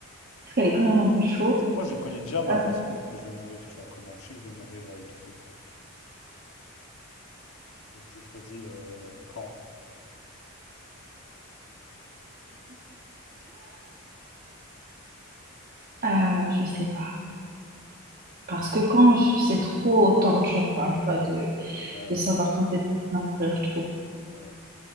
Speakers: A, on the right; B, on the left.
A: Parce qu'elle est quand même un peu chaud.
B: Moi, je connais déjà ma
A: Euh,
B: façon que je vais mourir, tu vois, comment. Je sais que je vais mourir euh, étouffé. Donc, je choisis euh, quand.
A: euh, je sais pas. Parce que quand je- c'est trop tordu, encore une fois, de,
B: Ouais,
A: de savoir quand est-ce que tu vas mourir, je trouve.
B: ouais. ouais.